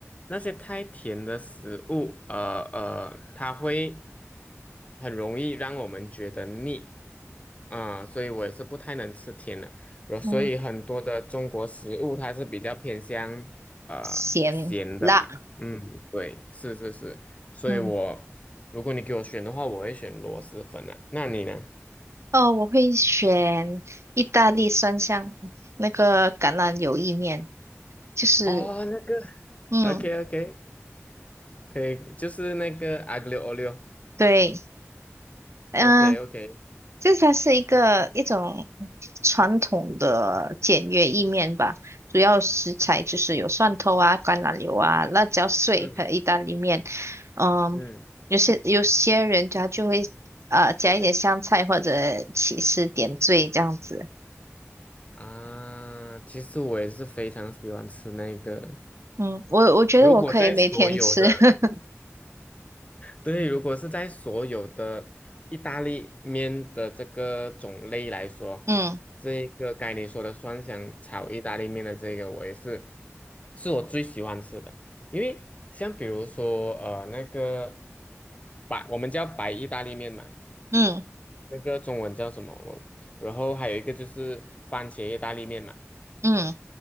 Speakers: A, on the left; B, on the right.
A: 那些太甜的食物，呃呃，它会很容易让我们觉得腻。啊、所以我也是不太能吃甜的，然后所以很多的中国食物它是比较偏向
B: 嗯，
A: 呃咸的嘛，
B: 咸辣，
A: 嗯，对，是是是，所以我如果你给我选的话，
B: 嗯。
A: 我会选螺蛳粉啊，那你呢？
B: 哦，我会选意大利酸香那个橄榄油意面，就是
A: 哦，那个
B: 嗯，
A: ，OK OK，可以，就是那个阿格六欧六
B: 对，嗯、
A: ，OK OK，
B: 这它是一个一种传统的简约意面吧，主要食材就是有蒜头啊、橄榄油啊、辣椒碎和意大利面。
A: 嗯
B: 嗯，
A: 嗯
B: 有些有些人家就会呃加一点香菜或者起司点缀这样子。
A: 啊，其实我也是非常喜欢吃那个，
B: 嗯，我我觉得我可以每天吃。
A: 如果在所有的。
B: <laughs>
A: 对，如果是在所有的意大利面的这个种类来说，
B: 嗯
A: 这个该你说的蒜香炒意大利面的这个，我也是，是我最喜欢吃的。因为像比如说，呃，那个白，我们叫白意大利面嘛，
B: 嗯
A: 那个中文叫什么？我，然后还有一个就是番茄意大利面嘛，
B: 嗯。